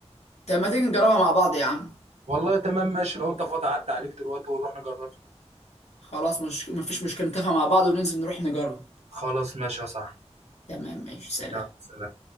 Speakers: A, on the left; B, on the right.
A: طب ما تيجي نجربها مع بعض يا عم
B: والله تمام ماشي لو انت فاضي عدى عليك دلوقتي ونروح نجربها
A: خلاص مش مفيش مشكله نتفق مع بعض وننزل نروح نجرب
B: خلاص ماشي يا صاحبي
A: تمام ماشي سلام
B: يلا سلام